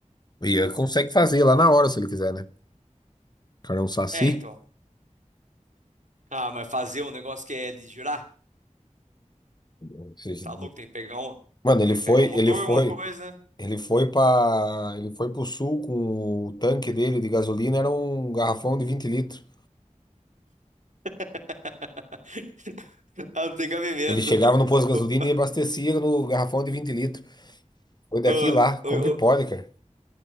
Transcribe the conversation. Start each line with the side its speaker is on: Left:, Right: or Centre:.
Left: E ele consegue fazer lá na hora, se ele quiser, né? O cara é um saci.
Right: É, então. Ah, mas fazer um negócio que é de girar?
Left: Ou seja,
Right: Tá louco, tem que pegar um.
Left: Mano, ele
Right: Tem
Left: foi,
Right: que pegar um motor,
Left: ele foi,
Right: alguma coisa.
Left: ele foi para, ele foi pro sul com o tanque dele de gasolina, era um garrafão de 20 litros.
Right: <laughs> Ah, não tem cabimento.
Left: Ele chegava no posto de
Right: O-
Left: gasolina e abastecia no garrafão de 20 litros. Foi daqui
Right: o-
Left: lá. Como
Right: o-
Left: que pode,
Right: o-
Left: cara?